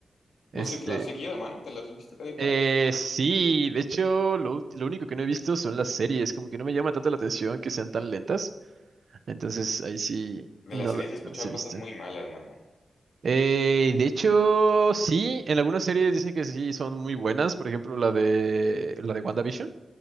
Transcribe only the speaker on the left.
¿Vos sí te la has seguido, mano? ¿Te las has visto casi todas?
De
las series
he
escuchado
cosas
muy malas, mano.